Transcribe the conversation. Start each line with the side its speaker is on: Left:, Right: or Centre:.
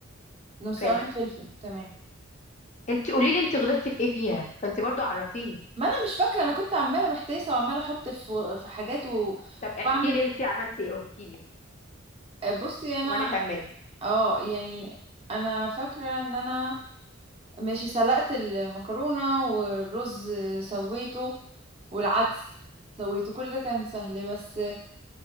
Right: نص
Left: فلفل
Right: قرن فلفل تمام
Left: انت قولي لي انت غلطتي في ايه فيها فانت برضو عرفيني
Right: ما انا مش فاكره انا كنت عماله محتاسه وعماله احط في في حاجات و...
Left: طب احكي
Right: واعمل
Left: لي انت عملتي ايه واحكي لي
Right: بصي انا
Left: وانا اكمل
Right: اه يعني انا فاكره ان انا ماشي سلقت المكرونه والرز سويته والعدس سويته كل ده كان سهل بس